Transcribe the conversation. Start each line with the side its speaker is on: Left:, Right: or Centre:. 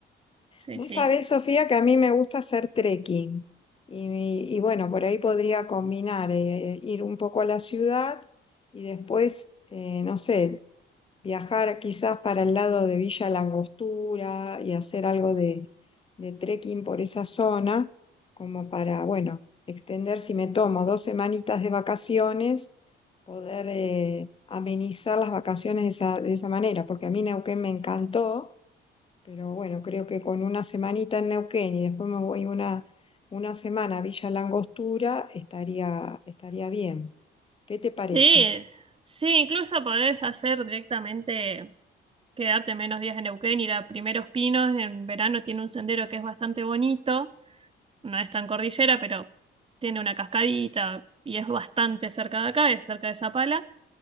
Right: Sí,
Left: Vos
Right: sí.
Left: sabés, Sofía, que a mí me gusta hacer trekking. Y, y bueno, por ahí podría combinar eh, ir un poco a la ciudad y después, eh, no sé, viajar quizás para el lado de Villa Langostura y hacer algo de, de trekking por esa zona, como para, bueno, extender, si me tomo dos semanitas de vacaciones, poder eh, amenizar las vacaciones de esa, de esa manera, porque a mí Neuquén me encantó, pero bueno, creo que con una semanita en Neuquén y después me voy una, una semana a Villa Langostura, estaría, estaría bien. ¿Qué te parece?
Right: Sí, sí, incluso podés hacer directamente, quedarte menos días en Neuquén, ir a Primeros Pinos. En verano tiene un sendero que es bastante bonito. No es tan cordillera, pero tiene una cascadita y es bastante cerca de acá, es cerca de Zapala.